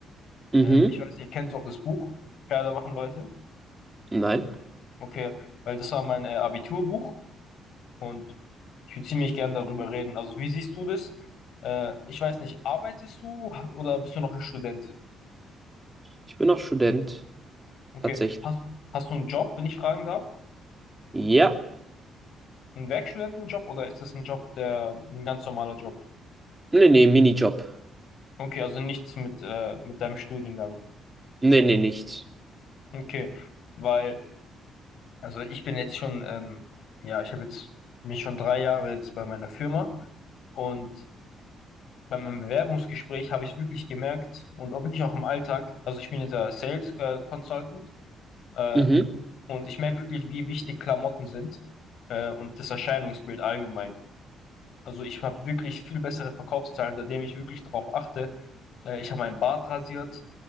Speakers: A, on the right; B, on the left.
A: Mhm.
B: Ähm, ich weiß nicht, kennst du auch das Buch, Kleider machen Leute?
A: Nein,
B: Okay, weil das war mein äh, Abiturbuch und ich würde ziemlich gern darüber reden. Also wie siehst du das? Äh, ich weiß nicht, arbeitest du oder bist du noch ein Student?
A: ich bin noch Student,
B: Okay,
A: tatsächlich.
B: hast, hast du einen Job, wenn ich fragen darf?
A: Ja.
B: Einen Werkstudentenjob oder ist das ein Job, der ein ganz normaler Job?
A: Nee, nee, Minijob.
B: Okay, also nichts mit, äh, mit deinem Studiengang.
A: Nee, nee, nichts.
B: Okay, weil Also ich bin jetzt schon, ähm, ja, ich habe jetzt mich schon drei Jahre jetzt bei meiner Firma und bei meinem Bewerbungsgespräch habe ich wirklich gemerkt und auch wirklich auch im Alltag, also ich bin jetzt der Sales äh, Consultant äh,
A: Mhm.
B: und ich merke wirklich, wie wichtig Klamotten sind äh, und das Erscheinungsbild allgemein. Also ich habe wirklich viel bessere Verkaufszahlen, seitdem ich wirklich darauf achte. Äh, ich habe meinen Bart rasiert,